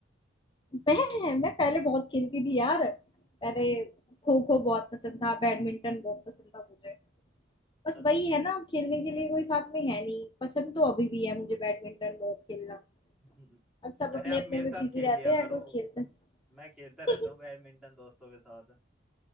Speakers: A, on the left (about 25°); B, in the centre.
A: मैं मैं पहले बहुत खेलती थी यार पहले खो खो बहुत पसंद था बैडमिंटन बहुत पसंद था मुझे बस
B: अच्छा
A: वही है ना खेलने के लिए कोई साथ में है नहीं पसंद तो अभी भी है मुझे बैडमिंटन बहुत खेलना
B: हम्म,
A: अब सब अपने
B: अरे आप
A: अपने
B: मेरे
A: में
B: साथ
A: बिजी
B: खेल
A: रहते
B: लिया
A: हैं
B: करो
A: कोई खेलता
B: मैं खेलता
A: नहीं।
B: रहता हूँ बैडमिंटन दोस्तों के साथ